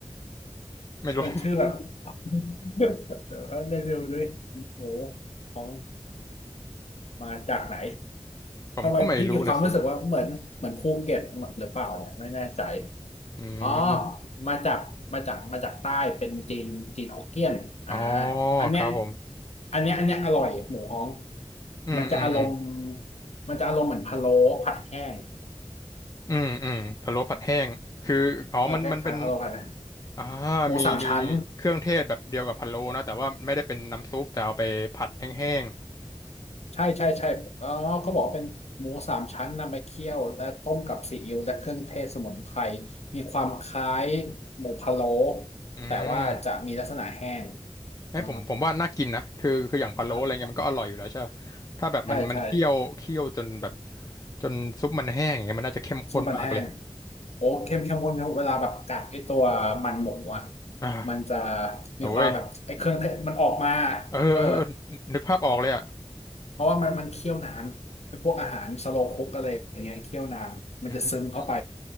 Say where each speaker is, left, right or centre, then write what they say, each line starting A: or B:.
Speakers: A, on the left (about 35°); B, on the left (about 80°).
A: ไม่รู้
B: มันชื่อแบบ <laughs> เดี๋ยวแป๊บนึงเดูดวยหมูฮ้องมาจากไหน
A: <laughs> ผมก็ไม่รู้นะสิ
B: ทำไมพี่มีความรู้สึกว่าเหมือนเหมือนภูเก็ตหรือเปล่าเนี่ยไม่แน่ใจ
A: อืม
B: อ๋อมาจากมาจากมาจากใต้เป็นจีนจีนฮกเกี้ยนอ่า
A: อ๋อ
B: อันเนี้ย
A: ครับผม
B: อันเนี้ยอันเนี้ยอร่อยหมูฮ้อง
A: อืมอืมอืม
B: มันจะอารมณ์มันจะอารมณ์เหมือนพะโล้ผัดแห้ง
A: อืมอืมพะโล้ผัดแห้งคืออ๋อมันมันเป็น
B: เออคล้ายๆพะโล้ผัดแห้ง
A: อ่า
B: หมูสามชั้น
A: มีมีเครื่องเทศแบบเดียวกับพะโล้นะแต่ว่าไม่ได้เป็นน้ำซุปแต่เอาไปผัดแห้ง
B: ใช่ใช่ใช่อ๋อเขาบอกว่าเป็นหมูสามชั้นนำไปเคี่ยวและต้มกับซีอิ๊วและเครื่องเทศสมุนไพรมีความคล้ายหมูพะโล้
A: ๆอืม
B: แต่ว่าจะมีลักษณะแห้ง
A: ให้ผมผมว่าน่ากินนะคือคืออย่างพะโล้อะไรเงี้ยมันก็อร่อยอยู่แล้วใช่ปะถ้าแบบมันมันเคี่ยวเคี่ยวจนแบบ
B: อ่าครับใช่ใช่
A: จนซุปมันแห้งอย่างเงี้ยมันน่าจะเข้มข้นมากเลย
B: ซุปมันแห้งโอ้เค็มเค็มคนเวลาแบบกัดไอตัวมันหมูอ่ะ
A: อ่า
B: มันจะ
A: โอ้ย
B: มีความแบบไอเครื่องเทศมันออกมา
A: เออเออเออ
B: เออ
A: นึกภาพออกเลยอ่ะ
B: เพราะว่ามันมันเคี่ยวนานไอพวกอาหารสโลว์คุกอะไรอย่างเงี้ยเคี่ยวนานมันจะซึมเข้าไป
A: อืม